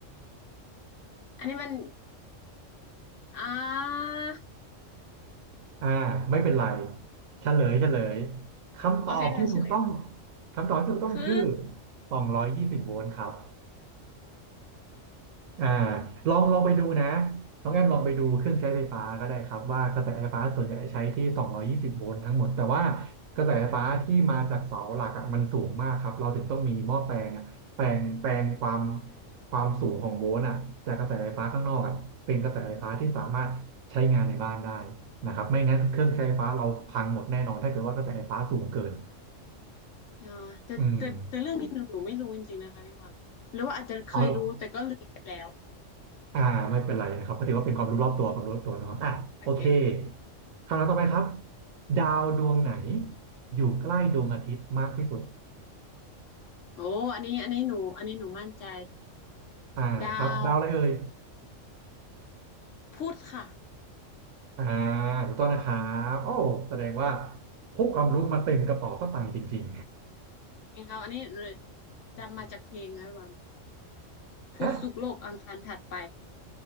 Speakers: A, on the left; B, on the right.
A: อันนี้มันอ่า
B: อ่าไม่เป็นไรเฉลยเฉลยคำตอบที่ถูกต้อง
A: โอเคค่ะเฉลยมาเลย
B: คำตอบที่ถูกต้องคือ
A: คือ
B: สองร้อยยี่สิบโวลต์ครับ อ่าลองลองไปดูนะน้องแอมลองไปดูเครื่องใช้ไฟฟ้าก็ได้ครับว่ากระแสไฟฟ้าส่วนใหญ่ใช้ที่220โวลต์ทั้งหมดแต่ว่ากระแสไฟฟ้าที่มาจากเสาหลักอะมันสูงมากครับเราถึงต้องมีหม้อแปลงอะแปลงแปลงความความสูงของโวลต์อะจากกระแสไฟฟ้าข้างนอกอะเป็นกระแสไฟฟ้าที่สามารถใช้งานในบ้านได้นะครับไม่งั้นเครื่องใช้ไฟฟ้าเราพังหมดแน่นอนถ้าเกิดว่ากระแสไฟฟ้าสูงเกิน
A: โอ้ยอ่าแต่แต่แต่เรื่องนี้หนูหนูไม่รู้จริงๆนะคะพี่บอลหรือว่าอาจจะเคยรู้แต่ก็ลืมไปแล้ว
B: อืมออ อ่าไม่เป็นไรนะครับก็ถือว่าเป็นความรู้รอบตัวความรู้รอบตัวเนาะอ่ะโอเค
A: โอเคค่ะ
B: คำถามต่อไปครับดาวดวงไหนอยู่ใกล้ดวงอาทิตย์มากที่สุด
A: โอ้อันนี้อันนี้หนูอันนี้หนูมั่นใจ
B: อ่าครับดาวอะไรเอ่ย
A: ดาวพุธค่ะ
B: อ่าถูกต้องนะครับโอ้แสดงว่าพกความรู้มาเต็มกระเป๋าสตางค์จริง
A: จริงเขาอันนี้จำมาจากเพลงนะพี่บอล
B: ๆ
A: พุธศุกร์โลกอังคารถัดไป
B: <laughs> ฮะ